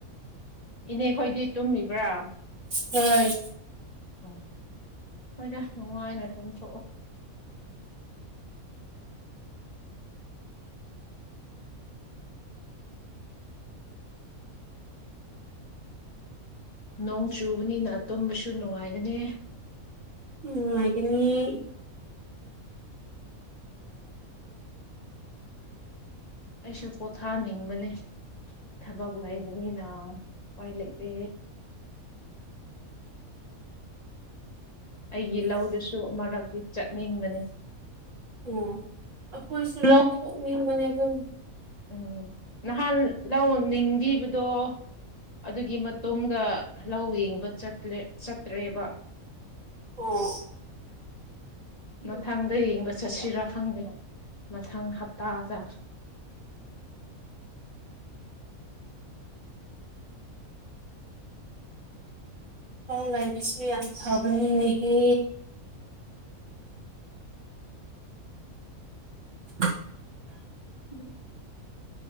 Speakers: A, on the left; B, on the right.
A: ꯏꯅꯦ ꯈꯣꯏꯗꯤ ꯇꯨꯝꯂꯤꯕ꯭ꯔꯥ
B: ꯍꯣꯢ
A: ꯑꯣ ꯍꯣꯏꯗ ꯅꯨꯡꯉꯥꯏꯅ ꯇꯨꯝꯊꯣꯛꯑꯣ ꯅꯣꯡ ꯆꯨꯕꯅꯤꯅ ꯇꯨꯝꯕꯁꯨ ꯅꯨꯡꯉꯥꯏꯒꯅꯤ
B: ꯅꯨꯡꯉꯥꯢꯒꯅꯤ
A: ꯑꯩꯁꯨ ꯄꯣꯊꯥꯅꯤꯡꯕꯅꯤ ꯊꯕꯛ ꯂꯩꯕꯅꯤꯅ ꯎꯄꯥꯏ ꯂꯩꯇꯦ ꯑꯩꯒꯤ ꯂꯧꯗꯨꯁꯨ ꯃꯔꯛꯇꯤ ꯆꯠꯅꯤꯡꯕꯅꯤ
B: ꯑꯣ ꯑꯩꯈꯣꯏꯁꯨ ꯂꯧꯊꯣꯛꯅꯤꯡꯕꯅꯦ ꯑꯗꯨꯝ
A: ꯎꯝ ꯅꯍꯥꯟ ꯂꯧ ꯅꯤꯡꯕꯤꯕꯗꯣ ꯑꯗꯨꯒꯤ ꯃꯇꯨꯡꯗ ꯂꯧ ꯌꯦꯡꯕ ꯆꯠꯂꯦ ꯆꯠꯇ꯭ꯔꯦꯕ
B: ꯑꯣ
A: ꯃꯊꯪꯗ ꯌꯦꯡꯕ ꯆꯠꯁꯤꯔꯥ ꯈꯪꯗꯦ ꯃꯊꯪ ꯍꯞꯇꯥꯗ
B: ꯂꯥꯏꯕꯤꯁꯨ ꯌꯥꯝ ꯐꯕꯅꯤꯅꯦꯍꯦ <unintelligible>
A: <unintelligible>